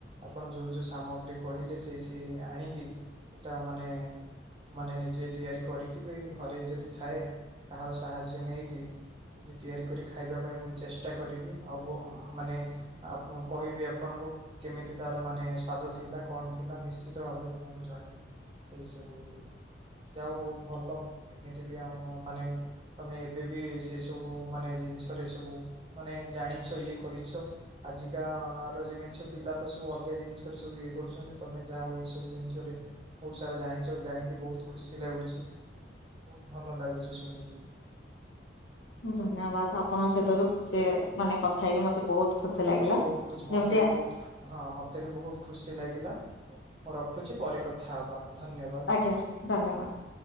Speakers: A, on the right; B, on the left.
A: ଆପଣ ଯୋଉ ଯୋଉ ସାମଗ୍ରୀ କହିଲେ ସେଇ ସେ ସେ ଆଣିକି ସେଇଟା ମାନେ ମାନେ ନିଜେ ତିଆରି କରିକି ବି ଘରେ ଯଦି ଥାଏ କାହାର ସାହାଯ୍ୟ ନେଇକି ନିଜେ ତିଆରି କରି ଖାଇବା ପାଇଁ ମୁଁ ଚେଷ୍ଟା କରିବି ଆଉ ବ ମାନେ ଆପ କହିବି ଆପଣଙ୍କୁ କେମିତି ତାର ମାନେ ସ୍ଵାଦ ଥିଲା କଣ ଥିଲା ନିଶ୍ଚିତ ନିଶ୍ଚିତ ଭାବରେ ତୁମକୁ ଜଣେଇବି ସେଇ ସବୁ ଇଏ ଯାଉ ବହୁତ ଭଲ ଏମିତି ବି ଆମ ମାନେ ତମେ ଏବେ ବି ସେ ସବୁ ମାନେ ଜିନିଷରେ ସବୁ ମାନେ ଜାଣିଛ ଇଏ କରିଛ। ଆଜିକା ର ଯେମିତି ସବୁ ପିଲା ତ ସବୁ ଅଲଗା ଜିନିଷରେ ସବୁ ଇଏ କରୁଛନ୍ତି ତମେ। ଯାହା ହଉ ଏଇ ସବୁ ଜିନିଷରେ ବହୁତ ସାରା ଜାଣିଛ ଜାଣିକି ବହୁତ ଖୁସି ଲାଗୁଛି। ବହୁତ ଭଲ ଲାଗୁଛି ଶୁଣିକି।
B: ଧନ୍ୟବାଦ ଆପଣଙ୍କ ସହିତ ବି ଖୁସି ମାନେ କ ହେଇକି ମତେ ବହୁତ ଖୁସି ଲାଗିଲା
A: ବହୁତ ଖୁସି ମତେ
B: ଯେମିତି।
A: ବି ବହୁତ ହଁ ମତେ ବି ବହୁତ ଖୁସି ଲାଗିଲା ହଉ ମୁଁ ରଖୁଛି ପରେ କଥା ହବା ଧନ୍ୟବାଦ।
B: ଆଜ୍ଞା ଧନ୍ୟବାଦ।